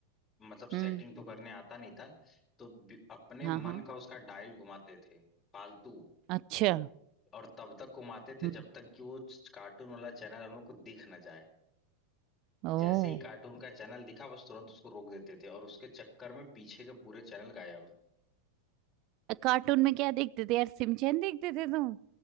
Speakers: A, on the left; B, on the right.
A: मतलब सेटिंग
B: हम्म
A: तो करने आता नहीं था तो बि- अपने
B: हाँ
A: मन
B: हाँ
A: का उसका डायल घुमाते थे फालतू
B: अच्छा
A: और तब तक घुमाते थे
B: हम्म
A: जब तक कि वो कार्टून वाला चैनल हम लोग को दिख ना जाए
B: ओ
A: जैसे ही कार्टून का चैनल दिखा बस तुरंत उसको रोक देते थे और उसके चक्कर में पीछे के पूरे चैनल गायब
B: कार्टून में क्या देखते थे यार सिमचैन देखते थे तुम